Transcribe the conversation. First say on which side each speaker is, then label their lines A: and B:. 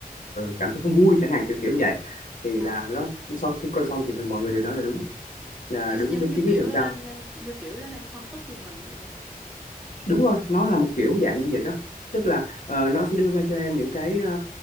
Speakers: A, on the left; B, in the centre.
A: cảm thấy không vui chẳng hạn kiểu kiểu như vậy thì
B: ờ.
A: là nó sau khi coi xong thì mọi người đều nói là đúng là
B: em
A: đúng
B: sẽ giống
A: đến
B: như
A: chín mươi
B: kiểu
A: phần
B: ờ,
A: trăm
B: như kiểu nó đang phân tích về mình ấy.
A: Đúng rồi, nó là một kiểu dạng như vậy đó. Tức là ờ, nó sẽ đưa ra cho em những cái ờ,